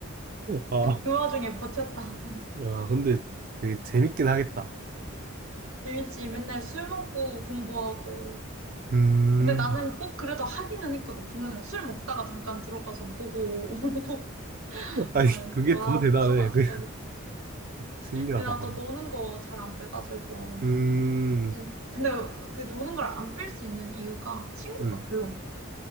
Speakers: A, on the right; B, on the right.
A: 아,
B: 그 와중에 버텼다.
A: 야, 근데 되게 재밌긴 하겠다.
B: 일지 맨날 술 먹고 공부하고.
A: 음,
B: 근데 나는 꼭 그래도 하기는 했거든. 중간에 술 먹다가 잠깐 들어가서 보고 <laughs> 오고.
A: 아니,
B: 아,
A: 그게
B: 와,
A: 더 대단해.
B: 똑하다.
A: <laughs> 그- 신기하다.
B: 나도 노는 거 잘 안 빼가지고.
A: 음,
B: 예, 근데 그 노는 걸 안 뺄 수 있는 이유가 친구가
A: 음.
B: 별로 없어.